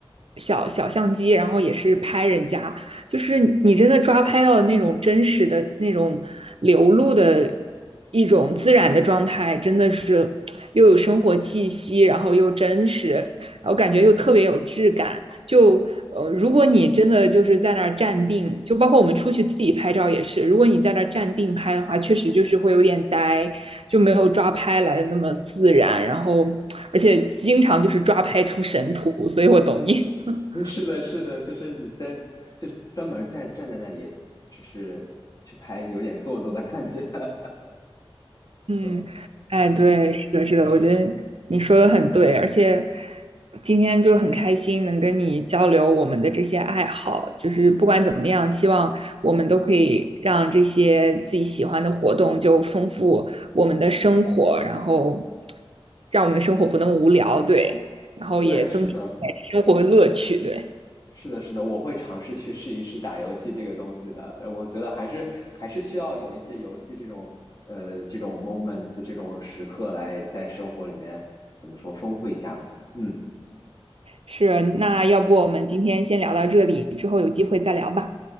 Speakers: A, on the right; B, on the left.
A: 小小相机，然后也是拍人家。就是你真的抓拍到的那种真实的那种流露的一种自然的状态，真的是又有生活气息，然后又真实，然后感觉又特别有质感。就呃，如果你真的就是在那儿站定，就包括我们出去自己拍照也是，如果你在那儿站定拍的话，确实就是会有点呆，就没有抓拍来的那么自然。然后，而且经常就是抓拍出神图，所以我懂你。<laughs>
B: 是的，是的，就是你在，就是专门站站在那里，只是去拍，有点做作的感觉。<laughs>
A: 嗯，
B: 嗯，
A: 哎，对，
B: 对，
A: 是的，是的，我觉得你说的很对，而且今天就很开心能跟你交流我们的这些爱好，就是不管怎么样，希望我们都可以让这些自己喜欢的活动就丰富我们的生活，然后让我们的生活不那么无聊，对，然后也增添一点生活的乐趣，
B: 对，是的，
A: 对，
B: 是的，是的，我会尝试去试一试打游戏这个东西的。我觉得还是还是需要有一些游戏这种呃这种 moments 这种时刻来在生活里面怎么说丰富一下。嗯，
A: 是，那要不我们今天先聊到这里，之后有机会再聊吧，